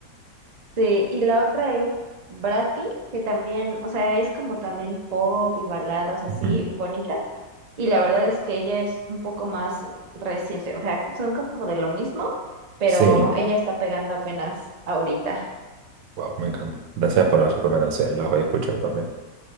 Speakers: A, on the right; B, on the right.
A: Sí, y la otra es Brati, que también, o sea, es como también pop y baladas así,
B: Ujú.
A: bonitas. Y la verdad es que ella es un poco más reciente, o sea, son como de lo mismo, pero
B: Sí,
A: ella está pegando apenas ahorita.
B: wow, me encanta. Gracias por las recomendaciones, las voy a escuchar también.